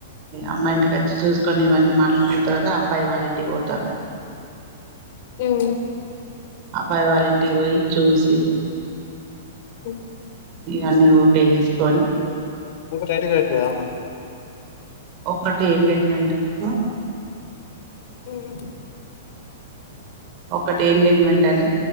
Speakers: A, on the right (about 45°); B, on the left (about 55°).
A: అమ్మాయింటికి వచ్చి చూసుక్ ని ఇవన్నీ మాట్లాడుకున్న తర్వాత అబ్బాయ్ వాళ్లింటిక్ పోతార్
B: మ్
A: అబ్బాయి వాళ్ళింటిక్ పోయి చూసి
B: మ్
A: ఇగ అన్ని ఓకె చేసుకోన్
B: టైట్గా వెట్లేదామ్మా
A: ఒక్కటి ఎంగేజ్మెంట్ ఆ
B: ఉమ్
A: ఒకటి ఎంగేజ్మెంట్ అని